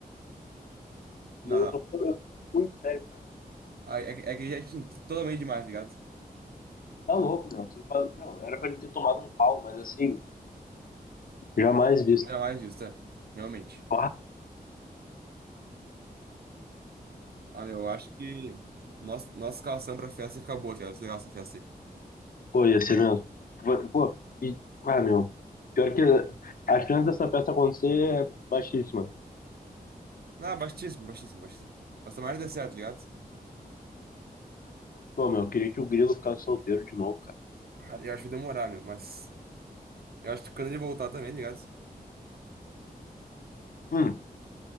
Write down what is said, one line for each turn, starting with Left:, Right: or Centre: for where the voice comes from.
Right: Não,
Left: Não,
Right: não.
Left: eu tô, eu tô muito sério, cara.
Right: Ah, É, que é que já é assim, totalmente demais, tá ligado?
Left: Tá louco, meu. Você fala- meu, era pra ele ter tomado um pau, mas assim, jamais visto.
Right: Não era mais disso, tá? Realmente.
Left: Ah,
Right: Ah, meu, eu acho que nossa, nossa escalação pra festa ia ficar boa, tá ligado? Ia ser legal essa festa aí.
Left: Pô, ia ser mesmo. Pô, e, ah, meu, pior que a chance dessa festa acontecer é baixíssima.
Right: Não, baixíssimo, baixíssimo, baixíssimo. Mas tomara que dê certo, tá ligado?
Left: Pô, meu, eu queria que o Grilo ficasse solteiro de novo, cara.
Right: Ah, Eu acho que vai demorar, meu, mas. Eu acho que quando ele voltar também, tá ligado?
Left: Hum.